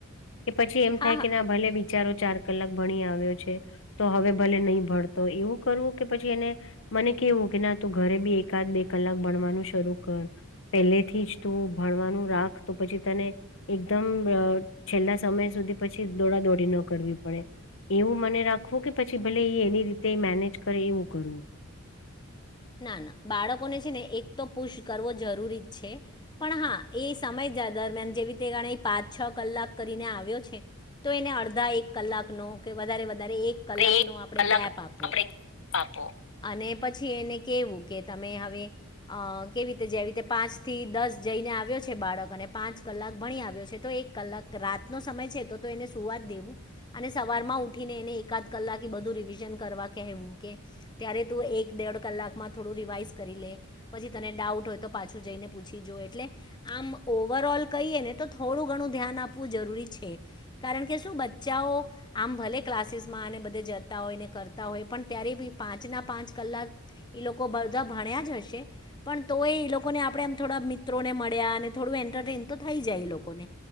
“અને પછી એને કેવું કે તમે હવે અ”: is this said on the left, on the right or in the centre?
Left